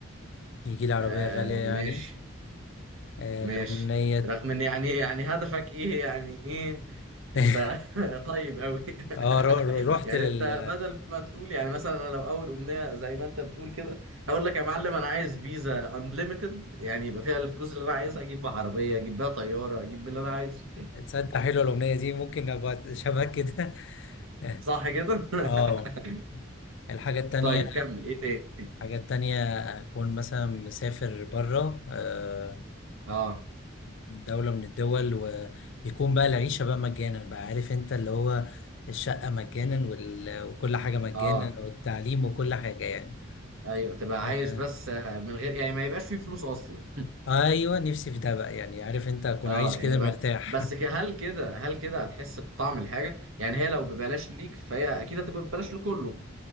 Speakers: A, on the left; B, on the right.
A: يجي لي عربية
B: آه
A: غالية يعني
B: ماشي
A: آه
B: ماشي
A: الأمنية
B: رغم ان يعني يعني هدفك ايه يعني ايه
A: <laughs>
B: انت <laughs> طيب قوي
A: اه
B: <laughs>
A: رو- رو- رحت
B: يعني
A: لل
B: انت بدل ما تقول يعني مثلا انا لو اول امنيه زي ما انت بتقول كده هقول لك يا معلم انا عايز فيزا انليميتد يعني يبقى فيها الفلوس اللي انا عايزها اجيب بيها عربيه اجيب بيها طياره اجيب باللي انا عايزه
A: تصدق حلوة الأمنية دي ممكن ابقى شبه كده <laughs>
B: صح كده
A: اه
B: <laughs>
A: الحاجة التانية
B: طيب كمل ايه تاني
A: حاجات تانية أكون مثلا مسافر برا آه،
B: اه
A: دولة من الدول ويكون بقى العيشة بقى مجانا بقى عارف أنت اللي هو الشقة مجانا وال- وكل حاجة مجانا
B: اه
A: والتعليم وكل حاجة يعني
B: ايوه تبقى
A: آه،
B: عايش بس من غير يعني ما يبقاش فيه فلوس اصلا
A: أيوة نفسي في ده بقى يعني عارف أنت أكون
B: اه
A: عايش كده
B: يعني بقى
A: مرتاح
B: بس
A: <laughs>
B: ك- هل كده هل كده هتحس بطعم الحاجه يعني هي لو ببلاش ليك فهي اكيد هتبقى ببلاش لكله